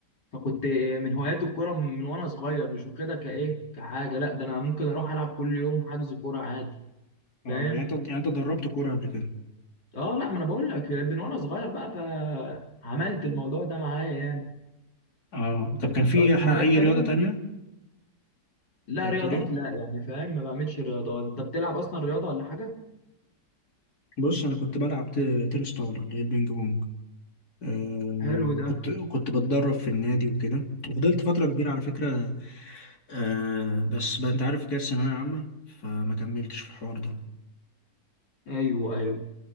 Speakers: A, on the left; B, on the left.
A: فكنت من هوايات الكوره من وانا صغير مش واخدها كايه كحاجه لا ده انا ممكن اروح العب كل يوم حجز كوره عادي
B: اه
A: فاهم
B: يعني انت يعني انت دربت كورة قبل كده
A: اه لا ما انا بقول لك من وانا صغير بقى فعملت الموضوع ده معايا يعني
B: اه
A: انت
B: طب
A: مالكش
B: كان في
A: اصلا
B: ح- اي
A: هوايات تانية
B: رياضة تانية
A: لا
B: ايه
A: رياضات
B: بتقول ايه
A: لا يعني فاهم ما بعملش رياضات انت بتلعب اصلا رياضه ولا حاجه
B: بص انا كنت بلعب ت- تنس طاولة اللي هي البينج بونج آه
A: حلو ده
B: كنت كنت بتدرب في النادي وكده وفضلت فترة كبيرة على فكرة آه بس بقى انت عارف كده الثانوية عامة فما كملتش في الحوار ده
A: ايوه ايوه